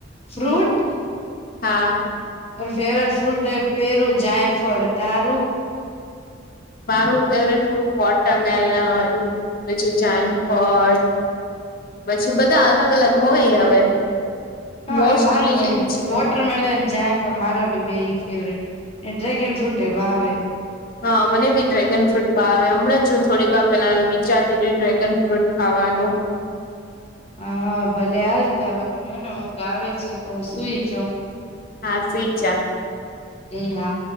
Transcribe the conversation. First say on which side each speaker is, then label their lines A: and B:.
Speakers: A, on the left (about 35°); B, on the left (about 50°).
A: ફ્રૂટ
B: હા
A: ફેવરેટ ફ્રૂટ પેરું જાયફળ તારું
B: મારું ફેવરેટ ફૂડ વોટરમેલન પછી જાયમફલ પછી બધા અલગ અલગ હોય હવે
A: હા
B: મોસ્ટલી
A: એ મારું એ
B: ઈ છે
A: વોટરમેલન જાય પણ મારો બી બે ફેવરેટ એ ડ્રેગન ફ્રૂટ એ ભવેે
B: હા મને બી ડ્રેગન ફ્રૂટ ભાવે હમણાં હું થોડીક વાર પેલા વિચારતી ડ્રેગન ફ્રૂટ ખાવા હનું
A: હા હા ભલે હાલ ત હવે મને ને હું ગાવ છે તો હું સુઈ જાઉં
B: હા સ્ેચા
A: એ હા